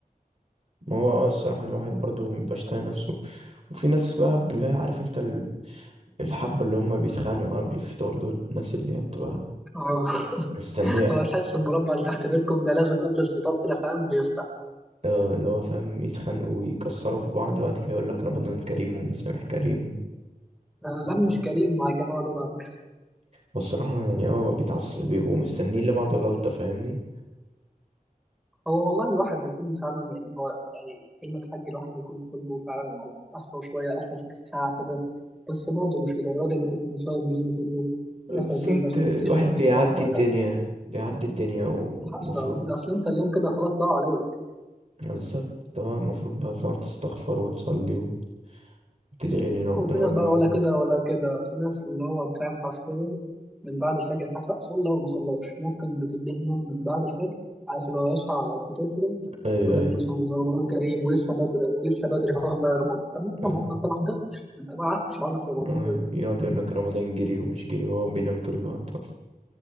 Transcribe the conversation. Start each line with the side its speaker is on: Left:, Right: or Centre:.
Right: ما هو آه، الصراحه الواحد برضو مبيبقاش طايق نفسه وفي ناس بقى اللي هي عارف انت ال- الحبه اللي هم بيتخانقوا قبل الفطار دول الناس اللي هي بتبقى
Centre: أه <laughs>
Right: مستنيه
Centre: هو تحس المربع اللي تحت بيتكم ده لازم قبل الفطار كده فاهم بيفتح
Right: آه، اللي هو فاهم يتخانقوا ويكسروا في بعض بعد كده يقول لك رمضان كريم ومسامح كريم
Centre: آه،
Right: يعني
Centre: لا مش كريم مع الجماعة دول على فكرة
Right: والصراحه يعني اه بيتعصب بيبقوا مستنيين لبعض غلطه فاهمني
Centre: هو والله الواحد يكون فعلا يعني هو يعني كلمة حاج الواحد بيكون خلقه فعلا على آخره شوية آخر ساعة كده بس برضه مش لدرجة إن أنت تكون صايم اليوم كله
Right: آه،
Centre: لا
Right: بالظبط
Centre: فاكر مثلا
Right: آه، الواحد
Centre: تشتم في
Right: بيعدي
Centre: ده ولا
Right: الدنيا بيعدي الدنيا ومفروض
Centre: حتى اصل انت اليوم كده خلاص ضاع عليك
Right: يعني بالظبط طبعا المفروض بقى تقعد تستغفر وتصلي وتدعي لي ربنا
Centre: وفي ناس
Right: ان
Centre: بقى
Right: هو
Centre: ولا كده ولا كده في ناس اللي هو بتعمل حرفيا من بعد الفجر حتى صلى وما صلاش ممكن بتديه نوم من بعد الفجر عارف لو يصحى على الفطور كده
Right: ايوه
Centre: يقول
Right: ايوه
Centre: لك مثلا رمضان كريم ولسه بدري ولسه بدري والله يا رمضان طب ما انت
Right: اه
Centre: ما انت ما حضرتش ما انت ما قعدتش معانا في رمضان
Right: أيوة.
Centre: طيب
Right: يقعد يقول لك رمضان جري ومش جري وهو بينام طول الوقت اصلا